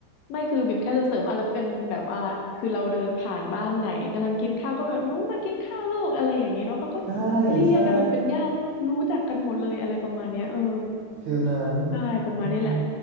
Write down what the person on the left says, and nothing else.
ไม่คือบิ่มแค่จะเสริมว่าแล้วเป็นแบบว่าคือเราเดินผ่านบ้านไหนกำลังกินข้าวก็แบบหนู้มากินข้าวลูกอะไรอย่างงี้เนาะเขาก็
เรียกกันแบบเป็นญาติรู้จักกันหมดเลยอะไรประมาณเนี้ยเออ
ใช่ประมาณนี้แหละ